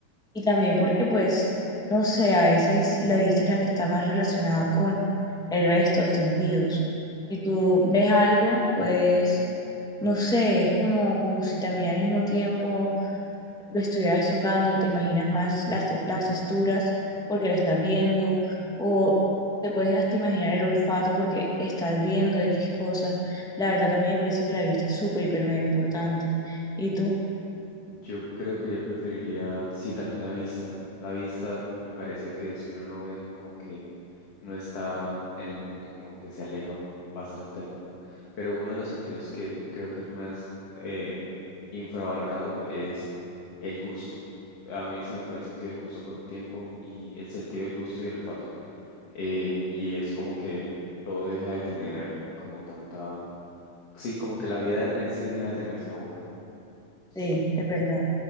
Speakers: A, in the centre; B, on the left.
A: Y también porque, pues, no sé, a veces la vista es la que está más relacionada con el resto de sentidos. Si tú ves algo, pues, no sé, es como, como si también al mismo tiempo lo estuvieras tocando, te imaginas más las, te- las texturas porque lo estás viendo, o te puedes hasta imaginar el olfato porque estás viendo X cosa. La verdad también me parece que la vista es súper, hiper, mega importante. ¿Y tú?
B: Yo creo que yo preferiría, sí, también la vista. La vista me parece que si uno no ve, como que no está en el mundo, como que se aleja un- bastante del mundo. Pero uno de los sentidos que creo que es más eh, infravalorado es el gusto. A mí se me fue el sentido del gusto por un tiempo y el sentido del gusto y el olfato. Eh, y es como que todo deja de tener como tanta... Sí, como que la vida en sí deja de tener sabor. Sí.
A: Sí, es verdad.